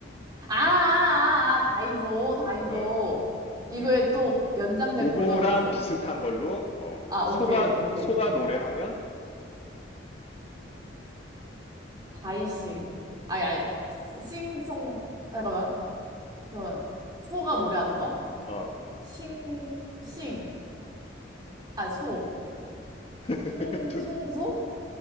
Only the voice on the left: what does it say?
어,
응.
그거랑
비슷한 걸로, 어,
소가,
소가 노래하면,
어,
<laughs>
두,